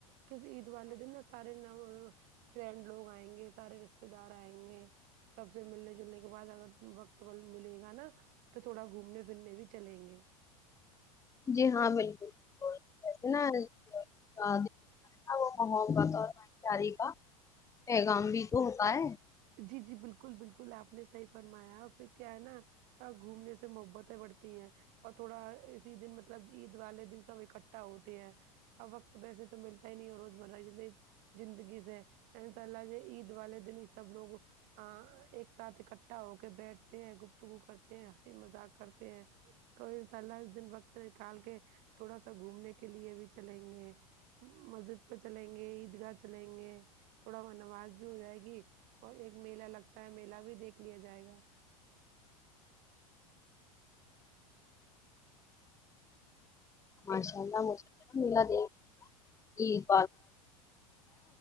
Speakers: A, on the right (about 45°); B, on the left (about 15°).
A: کہ عید والے دن نہ سارے وہ فرینڈ لوگ آئیں گے سارے رشتے دار آئیں گے سب سے ملنے جلنے کے بعد اگر وقت ملے گا نا تو تھوڑا گھومنے پھرنے بھی چلیں گے
B: جی ہاں بالکل <inaudible> پیغام بھی تو ہوتا ہے
A: جی جی بالکل بالکل آپ نے صحیح فرمایا اور پھر کیا ہے نا ساتھ گھومنے سے محبتیں بڑھتی ہیں اور تھوڑا اسی دن مطلب عید والے دن سب اکٹھا ہوتے ہیں اب وقت تو ویسے تو ملتا ہی نہیں ہے روزمرہ کے دن زندگی سے ہے انشا اللہ عید والے دن ہی سب لوگ آ ایک ساتھ اکٹھا ہو کے بیٹھتے ہیں گفتگو کرتے ہیں ہنسی مذاق کرتے ہیں تو انشاء اللہ اس دن وقت نکال کے تھوڑا سا گھومنے کے لیے بھی چلیں گے مسجد پے چلیں گے عیدگاہ چلیں گے تھوڑا وہ نماز بھی ہو جائے گی اور ایک میلہ لگتا ہے میلہ بھی دیکھ لیا جائے گا
B: ماشاء اللہ مجھے بھی ملا دے عید